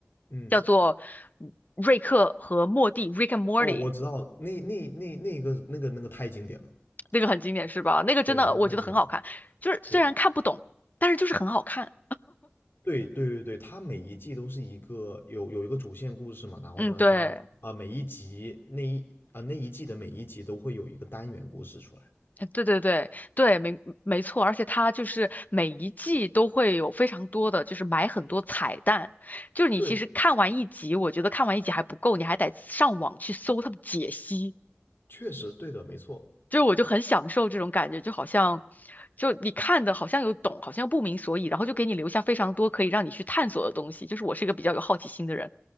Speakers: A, on the left; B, on the left.
A: 嗯，
B: 叫做嗯瑞克和莫蒂》（Rick and Morty），
A: 哦，我知道，那那那那个那个那个太经典了，
B: 那个很经典是吧？那个真的我觉得很好看，
A: 对，那个太经典了
B: 就是虽然看不懂，
A: 对，
B: 但是就是很好看。
A: 对对对对，它每一季都是一个有有一个主线故事嘛，然后呢，
B: 嗯，对。
A: 它啊、每一集那一啊、那一季的每一集都会有一个单元故事出来。
B: 对对对对，没没错，而且它就是每一季都会有非常多的，就是埋很多彩蛋。就是你其实看完一集，
A: 对，
B: 我觉得看完一集还不够，你还得上网去搜他的解析。
A: 确实对的，没错，
B: 就是我就很享受这种感觉，就好像就你看的好像有懂，好像又不明所以，然后就给你留下非常多可以让你去探索的东西。就是我是一个比较有好奇心的人，